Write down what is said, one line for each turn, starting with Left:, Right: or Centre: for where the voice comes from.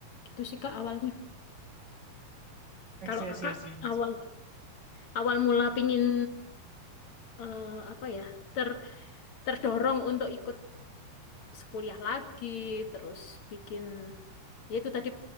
Left: gitu sih Kak awalnya
Right: Iya
Left: kalau Kakak
Right: sih, iya sih.
Left: awal awal mula pingin eh, apa ya ter terdorong untuk ikut sekuliah lagi, terus bikin ya itu tadi